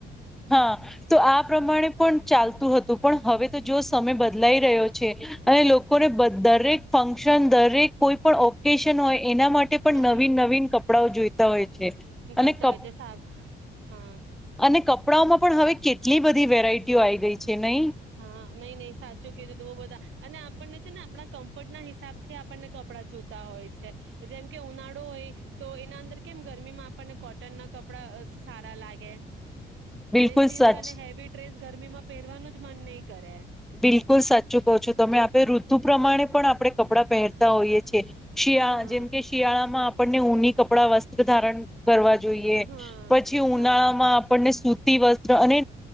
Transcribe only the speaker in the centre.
હા તો આ પ્રમાણે પણ ચાલતું હતું પણ હવે તો જો સમય બદલાઈ રહ્યો છે, અને લોકોને બ દરેક ફંક્શન, દરેક કોઈ પણ ઓકેશન હોય એના માટે પણ
નવીન-નવીન કપડાઓ જોઈતા હોય છે.
અને કપ-અને
કપ કપડાઓમાં પણ હવે કેટલી બધી વેરાયટીઓ આવી ગઈ છે નહી?
બિલકુલ
સચ
બિલકુલ સાચું કહો છો તમે આપણેે ઋતુ પ્રમાણે પણ આપડે કપડાં પહેરતા હોઈએ છે. શિયાળ
જેમકે શિયાળામાં આપણ ને ઊની કપડાં વસ્ત ધારણ કરવા જોઈએ.
પછી ઉનાળા
માં આપણને સૂતી વસ અને